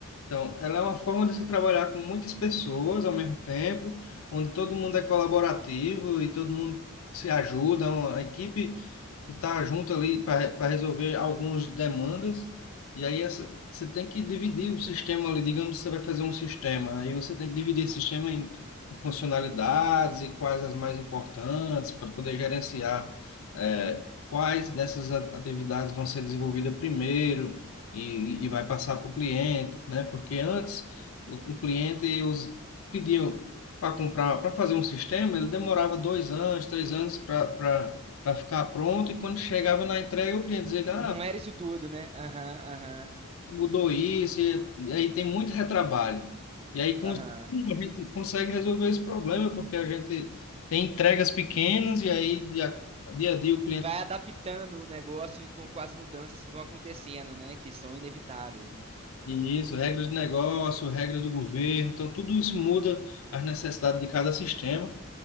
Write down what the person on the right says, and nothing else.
Não
era isso tudo, né? Aham, aham,
aham.
E vai adaptando o negócio com, com as mudanças que vão acontecendo, né? Que são inevitáveis, né?